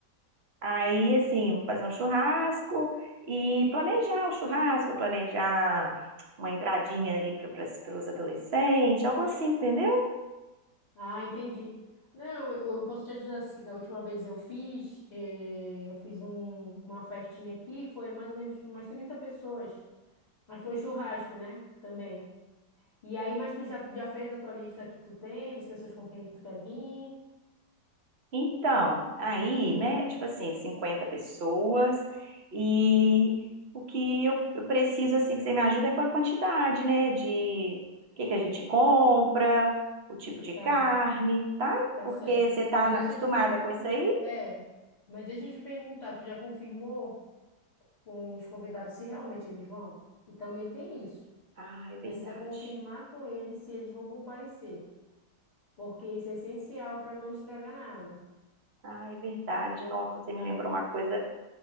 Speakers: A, on the right (about 45°); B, on the left (about 25°).
A: Aí, assim, vou fazer um churrasco e planejar o churrasco, planejar uma entradinha ali para os adolescentes, algo assim, entendeu?
B: Ah, entendi. Não, eu eu posso te ajudar assim. Da última vez eu fiz, eh, eu fiz um- uma festinha aqui, foi mais ou menos umas 30 pessoas. Mas foi churrasco, né? Também. E aí, mas tu já, já fez a tua lista que tu tem, das pessoas com quem tu quer vir?
A: Então, aí, né, tipo assim, 50 pessoas e o que eu, eu preciso, assim, que você me ajuda é com a quantidade, né, de o que que a gente compra, o tipo de
B: Tá,
A: carne, tá?
B: tá
A: Porque
B: certo.
A: você tá
B: Mas
A: na-
B: deixa
A: acostumada
B: eu te perguntar.
A: com isso aí?
B: É, mas deixa eu te perguntar, tu já confirmou? com os convidados se realmente eles vão. E também tem isso.
A: Ah, é verdade.
B: Precisa confirmar com eles se eles vão comparecer, porque isso é essencial para não estragar nada.
A: Ah, é verdade. Nossa, você me lembrou uma coisa